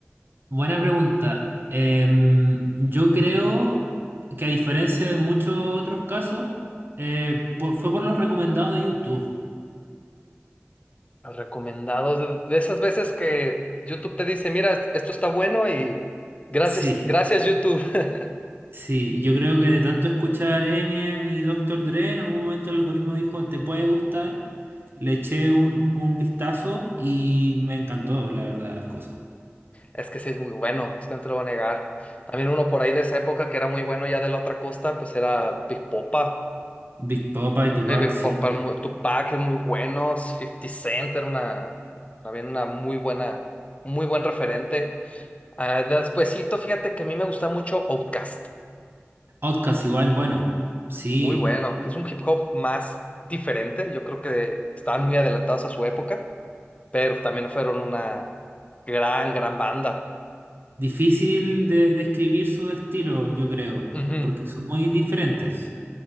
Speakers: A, on the right (about 50°); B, on the left (about 30°).
A: buena pregunta. Em, yo creo que a diferencia de muchos otros casos, eh, por- fue por los recomendados de YouTube.
B: Recomendado. De de esas veces que YouTube te dice, mira, est- esto está bueno y gracias,
A: Sí,
B: gracias YouTube. <laughs>
A: sí, yo creo que de tanto escuchar Eminem y Doctor Dre, en algún momento el algoritmo dijo, te puede gustar. Le eché un, un vistazo y me encantó, la verdad, de las cosas.
B: Es que sí es muy bueno, es que no te lo voy a negar. También uno por ahí de esa época que era muy bueno ya de la otra costa, pues era Big Popa.
A: Big Papa y Tupac,
B: Eh, Big
A: sí.
B: Popa, muy- Tupac es muy bueno, 50 Cent era una, también una muy buena, muy buen referente. Ah, despuesito, fíjate que a mí me gusta mucho Outkast.
A: Outcast igual, bueno, sí,
B: Muy bueno, que es un hip hop más diferente. Yo creo que estaban muy adelantados a su época, pero también fueron una gran, gran banda.
A: difícil de describir su estilo, yo creo,
B: Ujú.
A: porque son muy diferentes.